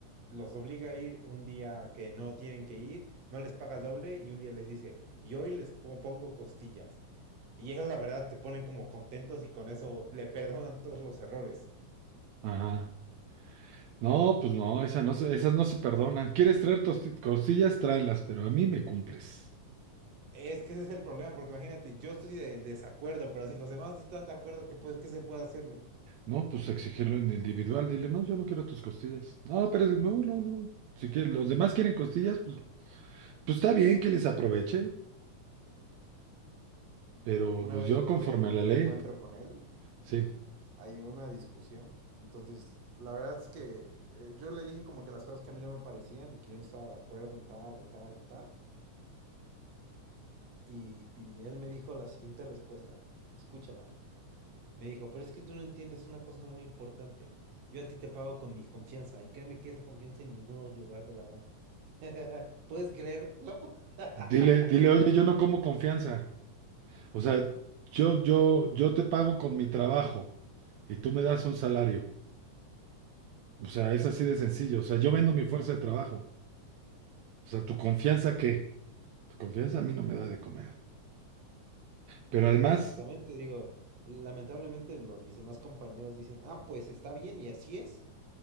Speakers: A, on the right; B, on the right.
A: los obliga a ir un día que no tienen que ir, no les paga el doble y un día les dice, y hoy les co- pongo costillas. Y eso la verdad te ponen como contentos y con eso le perdonan todos los errores.
B: ajá. No, pues no, esa no se- esas no se perdonan. ¿Quieres traer tosti- costillas? Tráelas, pero a mí me cumples.
A: Es que ese es el problema, porque imagínate, yo estoy de- en desacuerdo, pero si los demás están de acuerdo, ¿qué, pues, qué se puede hacerle?
B: No, pues exigirlo en individual. Dile, no, yo no quiero tus costillas. No, pero es- no, no, no. Si quieres, los demás quieren costillas, pues, pues está bien que les aproveche, pero
A: Una
B: pues
A: vez
B: yo
A: yo
B: conforme
A: tuve ahí un
B: a la ley,
A: encuentro con él
B: sí.
A: hay una discusión. Entonces, la verdad es que eh, yo le dije como que las cosas que a mí no me parecían y que yo no estaba de acuerdo en tal, en tal, en tal. Y, y él me dijo la siguiente respuesta. Escúchala. Me dijo, pero es que tú no entiendes una cosa muy importante. Yo a ti te pago con mi confianza y créeme que esa confianza en ningún otro lugar te la dan. <laughs> ¿Puedes creerlo? <laughs>
B: Dile, dile, oye, yo no como confianza. O sea, yo, yo, yo te pago con mi trabajo y tú me das un salario. O sea, es así de sencillo. O sea, yo vendo mi fuerza de trabajo. O sea, ¿tu confianza qué? Tu confianza a mí no me da de comer. Pero
A: Y
B: además,
A: exactamente, digo, lamentablemente los, mis demás compañeros dicen, ah, pues está bien y así es.